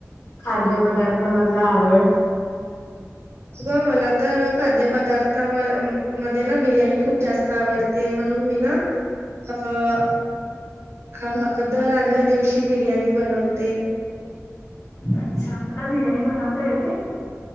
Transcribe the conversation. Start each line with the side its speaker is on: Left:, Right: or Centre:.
Left: खाद्यपदार्थ मधला आवड.
Right: अग, मला तर खाद्यपदार्था मध्ये ना बिर्याणी खूप जास्त आवडते म्हणून मी ना अ, अ दर आदल्या दिवशी बिर्याणी बनवते.
Left: अच्छा, तुला बिर्याणी बनवता येते?